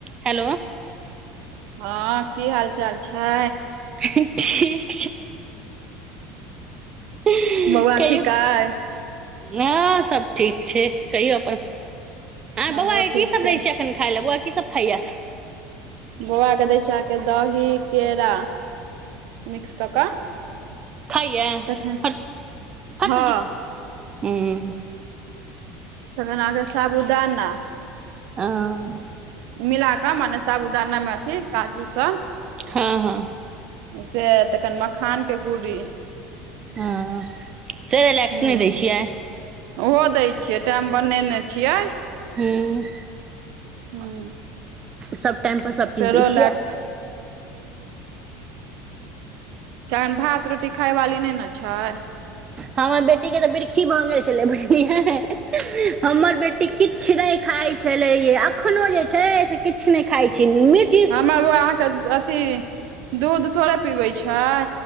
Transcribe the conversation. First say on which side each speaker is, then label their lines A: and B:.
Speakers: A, on the right (about 30°); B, on the right (about 65°).
A: Hello.
B: हँ की हाल चाल छै?
A: ठीक छी। कहियौ
B: बौआ ठीक अछि।
A: हँ सब ठीक छै। कहियौ अपन? ऐं,
B: हमरो
A: बौआ के
B: ठीक
A: की सभ
B: छै
A: दो छियै एखन खाय ले, बौआ की सभ खाइये?
B: बौआ के दै छी अहाॅंकेॅं दही केरा मिक्स कऽ कऽ।
A: खाइए ह
B: तखन
A: हट हट
B: हँ
A: बेटी, हुं।
B: तखैन अहाँके साबुदाना।
A: <inaudible>
B: मिला कऽ मने साबुदाना मे अथि काजू सब।
A: हँ - हँ।
B: से तऽखेन मखान के गुड़ी।
A: ह सेरेलेक्स
B: हूँ
A: नहि दै छियै?
B: ओहो दै छियै, टाइम बनेने छियै।
A: हूँ
B: हूं
A: सब टाइम पर सब किछु
B: चलोलैक्स।
A: दै छियै
B: कन भात रोटी खायवाली नैने छै।
A: हमर बेटी के तऽ बिरखी भऽ गेल छलै बुझलिय हमर बेटी टी किछ नै खाइ छलै यै अखनो जे छै से किछु नहि खाइ छै मिट।
B: हमर बौआ अहाँके अथी दूध थोड़े पिबैत छै।